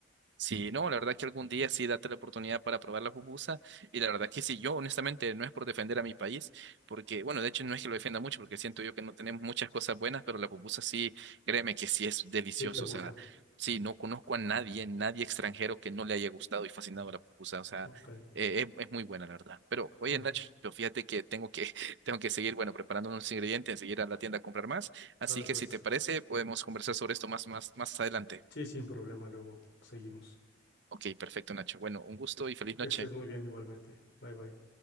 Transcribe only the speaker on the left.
Sí, te gusta.
Ok.
Bueno,
sale pues.
Sí, sin problema, luego seguimos.
Que
estés muy bien igualmente. Bye bye.